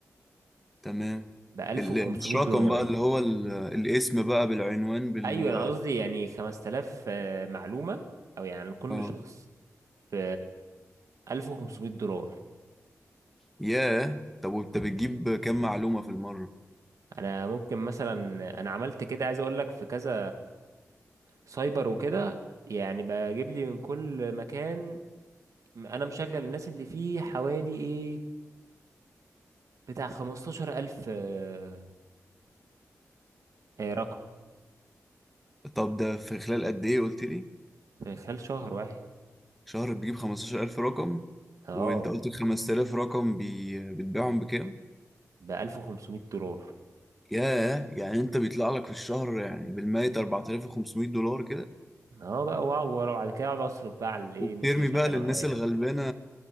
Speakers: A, in the centre; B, on the right.
A: تمام
B: ب 1500
A: ال- مش
B: دولار
A: رقم بقى اللي هو ال- الاسم بقى بالعنوان بال
B: ايوه انا قصدي يعني 5000 آه معلومة او يعني كل
A: اه
B: شخص ب 1500 دولار
A: ياه طب وانت بتجيب كام معلومة في المرة؟
B: انا ممكن مثلا انا عملت كده عايز اقول لك في كذا سايبر وكده يعني بجيب لي من كل مكان انا مشغل الناس اللي فيه حوالي ايه بتاع 15000 آه، آه، رقم
A: طب ده في خلال قد إيه قلت لي؟
B: في خلال شهر واحد
A: شهر بتجيب 15000 رقم
B: اه
A: وانت قلت ال 5000 رقم بي... بتبيعهم بكام؟
B: ب 1500 دولار
A: ياه يعني انت بيطلع لك في الشهر يعني بالمية 4500 دولار كده؟
B: اه بقى واو ورا- وبعد كده اقعد اصرف بقى على الايه
A: وبترمي
B: الناس اللي شغاله
A: بقى للناس
B: معايا
A: الغلبانة